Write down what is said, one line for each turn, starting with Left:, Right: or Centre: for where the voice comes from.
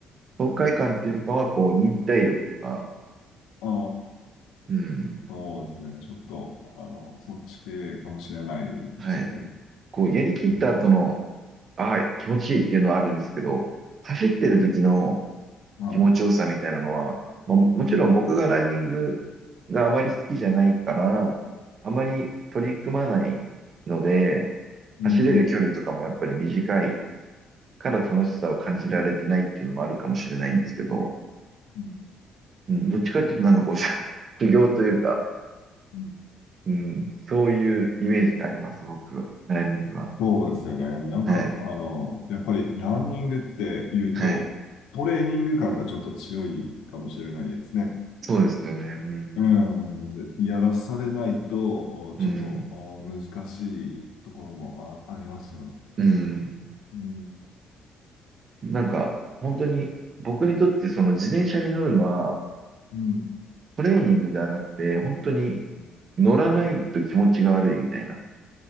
Right: 爽快感っていうよりかは、こう、忍耐力とか、
Left: ああ、
Right: うん、
Left: そうですね。ちょっと、あの、そっち系かもしれないですね。
Right: はい。こう、やりきった後の、
Left: うん。
Right: ああ、気持ちいいっていうのはあるんですけど、走ってる時の
Left: うんうんはい。
Right: 気持ちよさみたいなのは、まあ、もちろん僕がランニングがあまり好きじゃないから、
Left: うん
Right: あまり取り組まないので、
Left: うん
Right: 走れる距離とかもやっぱり短いから楽しさを感じられてないっていうのもあるかもしれないんですけど、
Left: うん
Right: うん、どっちかっていうとなんかこう、<laughs> 修行というか、
Left: うん
Right: うん、そういうイメージがあります、僕、ランニングは。
Left: そうですよね。なんか、
Right: はい。
Left: あの、やっぱりランニングって言うと、
Right: はい。
Left: トレーニング感がちょっと強いかもしれないですね。
Right: そうですよね。うん。
Left: うん。でやらされないと、おちょっとお難しいところもあ、
Right: うん。
Left: ありますよね。
Right: うん。
Left: うん。
Right: なんか、本当に、僕にとってその自転車に乗るのは、
Left: うん
Right: トレーニングではなくて、本当に
Left: う
Right: 乗らないと気持ちが悪いみたいな